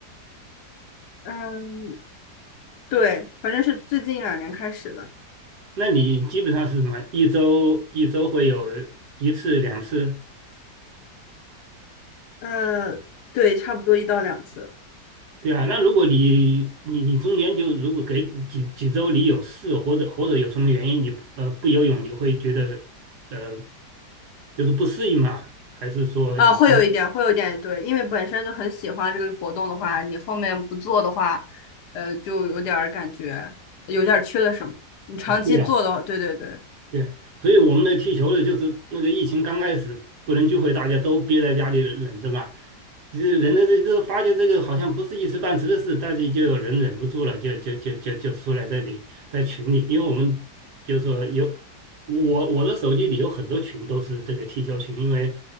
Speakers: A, on the left; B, on the right.
A: 嗯，对，反正是最近一两年开始的。
B: 那你基本上是什么？一周一周会有一次两次。
A: 呃，对，差不多一到两次。
B: 对啊，那如果你你你中间就如果给几几周你有事或者或者有什么原因你不呃不游泳，你会觉得呃就是不适应嘛？还是说你？
A: 啊、会有一点，会有一点，对，因为本身就很喜欢这个活动的话，你后面不做的话，呃，就有点儿感觉有点儿缺了什么。你长期做的话，
B: 哦，对呀、
A: 对对对，
B: 对，所以我们的踢球的，就是那个疫情刚开始不能聚会，大家都憋在家里忍着嘛。这人的这这发现这个好像不是一时半时的事，大家就有人忍不住了，就就就就就出来这里在群里，因为我们就是说有我我的手机里有很多群都是这个踢球群，因为